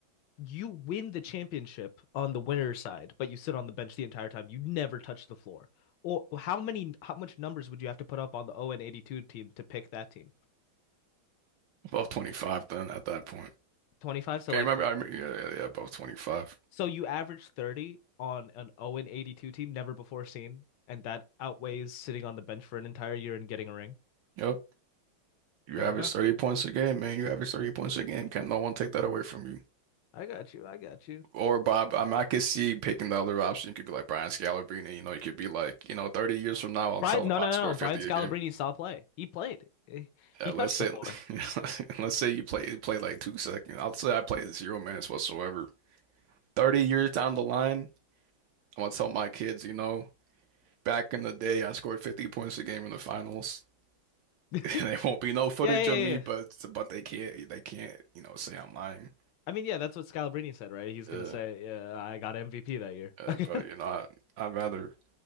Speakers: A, on the left; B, on the right.
A: you win the championship on the winner's side, but you sit on the bench the entire time. You never touch the floor. Or how many, how much numbers would you have to put up on the 0 and 82 team to pick that team?
B: Above 25, then at that point.
A: 25. So
B: Okay,
A: like,
B: remember, I mean, yeah, yeah, yeah, above 25.
A: so you average 30 on an 0 and 82 team, never before seen, and that outweighs sitting on the bench for an entire year and getting a ring.
B: Yep. You
A: Fair
B: average
A: enough.
B: 30 points a game, man. You average 30 points a game. Can't no one take that away from you.
A: I got you. I got you.
B: Or Bob, I mean, I could see picking the other option. You could be like Brian Scalabrine, you know, you could be like, you know, 30 years from now, I'll
A: Brian,
B: tell
A: no,
B: him
A: no,
B: I
A: no,
B: scored
A: no. Brian
B: 50
A: Scalabrine
B: again.
A: saw play. He played. Eh,
B: Uh,
A: He touched
B: let's say,
A: the floor.
B: <laughs> let's say you play play like two seconds. I'll say I played zero minutes whatsoever. 30 years down the line, I'm gonna tell my kids, you know, back in the day, I scored 50 points a game in the finals. <laughs>
A: <laughs>
B: And there won't be no footage
A: Yeah, yeah,
B: of
A: yeah.
B: me,
A: yeah.
B: but but they can't they can't, you know, say I'm lying.
A: I mean, yeah, that's what Scalabrine said, right? He's
B: Yeah,
A: gonna say, "Yeah, I got MVP that year."
B: uh,
A: <laughs>
B: but you know, I, I'd rather.